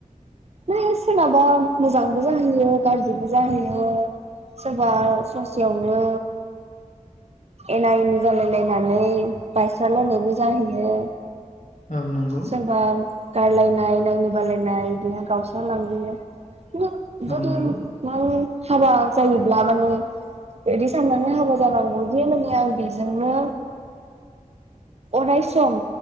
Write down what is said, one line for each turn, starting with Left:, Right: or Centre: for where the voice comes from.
Right: है सोराबा मोजांबो जाहैयो गाज्रिबो जाहैयो सोरबा स सेयावनो एना एनि जालायलायनानै बायस्रालायनायबो जाहैयो।
Left: औ नंगौ
Right: सोरबा गारलायनाय नायनो बालायनाय बिदिनो गावस्रा लांबोयो। <unintelligible> जुदि
Left: औ नंगौ
Right: नायो हाबा जायोब्ला माने बिदि साननानै हाबा जानांगौ जे माने आं बेजोंनो अराय सम